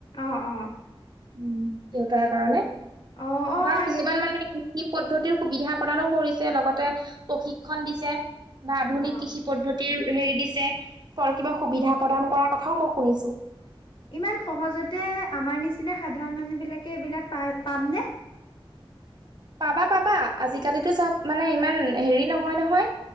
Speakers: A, on the left; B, on the right.
A: অ অ
B: উ
A: তাকে
B: দেউতাৰ কাৰণে
A: অ অ
B: বা কিছুমান
A: সেইটো
B: মানে? কৃি পদ্ধতিৰ সুবিধা প্ৰদানো কৰিছে লগতে প্ৰশিক্ষণ দিছে। বা আধুনিক
A: অ
B: কৃষি পদ্ধতিৰ হেৰি দিছে ফ কিবা সুবিধা প্ৰদান কৰাৰ কথাও মই শুনিছো।
A: ইমান সহজতে আমাৰ নিচিনা সাধাৰণ মানুহ বিলাকে এইবিলাক পাই পাম নে?
B: পাবা পাবা আজিকালিিতো চব মানে ইমান হেৰি নহয় নহয়!